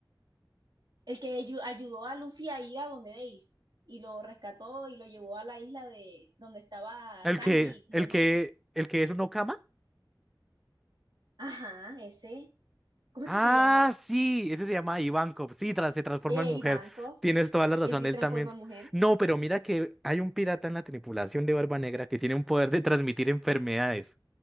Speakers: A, on the right (about 65°); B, in the centre.
A: El que ayu- ayudó a Luffy a ir a donde Ace y lo rescató y lo llevó a la isla de donde estaba
B: El
A: Sanji
B: que,
A: como
B: el
A: mariquita.
B: que, el que es un Okama.
A: Ajá, ese. ¿Cómo
B: Ah,
A: es que se llama?
B: sí, ese se llama Ivankov. Sí, tras- se transforma
A: Eh,
B: en mujer.
A: Ivankov.
B: Tienes toda la razón,
A: Él sí
B: él
A: transforma
B: también.
A: en mujer.
B: No, pero mira que hay un pirata en la tripulación de Barba Negra que tiene un poder de transmitir enfermedades.